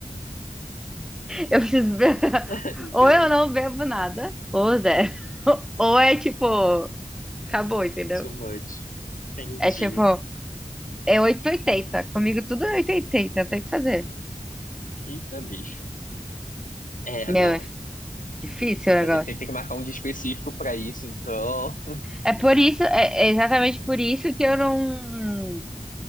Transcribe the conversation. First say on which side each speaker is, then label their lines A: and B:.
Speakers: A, in the centre; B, on the left (about 75°).
A: eu preciso. be- <laughs>
B: <laughs> Ai,
A: Ou
B: Deus.
A: eu não bebo nada, ou zero. <laughs> Ou é tipo, acabou, entendeu?
B: So much. Entendi.
A: É tipo, é oitocentos e oitenta Comigo tudo é oitocentos e oitenta não tem o que fazer.
B: Eita, bicho. É, não.
A: Meu, é difícil o negócio.
B: Ele tem, tem que marcar um dia específico pra isso, então.
A: É por isso, é é exatamente por isso que eu não.